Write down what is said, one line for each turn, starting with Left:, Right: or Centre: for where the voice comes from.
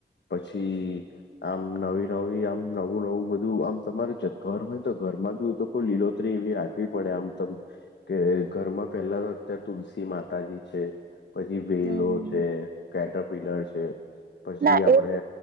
Left: પછી આમ નવી-નવી આમ નવું-નવું બધું આમ તમારે <unintelligible> લીલોતરી એવી રાખવી પડે આમ તમ. કે ઘરમાં પહેલા તો અત્યારે તુલસી માતાજી છે. પછી વેલો
Right: હમ
Left: છે, કેટરપિલર છે, પછી
Right: ના
Left: આપડે
Right: એ